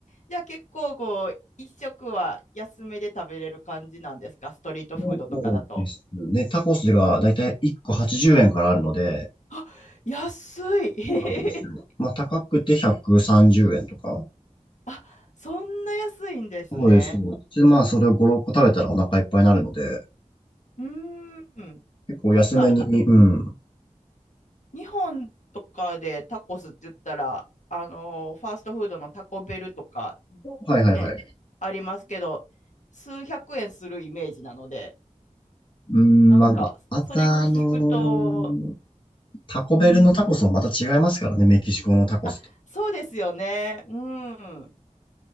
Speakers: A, on the left; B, on the left.
A: じゃあ結構こう、一食は安めで食べれる感じなんですかストリートフードとかだと。
B: コですね。タコスがだいたい1個80円からあるので、
A: あ、安い。<laughs> へへ
B: そうなんですよ。まあ、高くて130円とか。
A: あ、そんな安いんですね。
B: そうです、そうです。で、まあ、それを5、6個食べたらお腹いっぱいになるので、
A: うーん。
B: 結構安めに、
A: なんか、
B: うん。
A: に日本とかでタコスって言ったら、あのーファーストフードのタコベルとか、
B: はいはいはい。
A: ね、ありますけど、数百円するイメージなので、
B: うん、
A: なんか、
B: まあ、まあ、また、
A: それ聞くと、
B: あのータコベルのタコスもまた違いますからね、
A: うん。
B: メキシコのタコスと。
A: あ、そうですよね。うん。